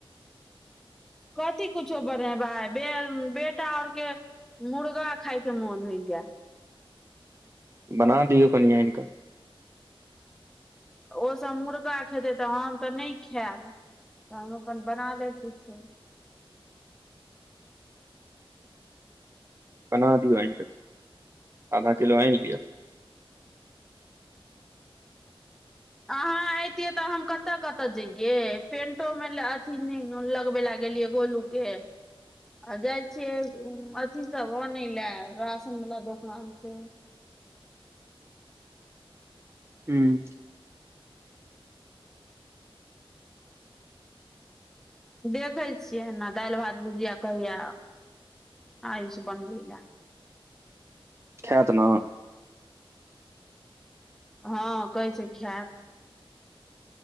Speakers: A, in the centre; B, on the right.
A: कथथिी कुछो बनबाई भाय बेटा आओर के मुर्गा खायके मन होइ या।
B: बना दियौ कनी अइन का।
A: ओसभ मुर्गा खेतै तऽ हम तऽ नहि खायब तऽ हम अपन बना लेब किछु।
B: बना दियौ आनि कऽ आधा किलो आनि लिया।
A: अहाँ एऐतििये तऽ हम कतऽ कतऽ जइे पेंटो मे अथी लगबे ल गेलियै गोलू के आ जाइ छियै अथी सब अनै लए राशन वाला दोकान से
B: हुँ।
A: देखै छियै एना दालि भात भुजिया कहैये आयुष बनबै लए
B: खैत न
A: हँ कहै छै खैब।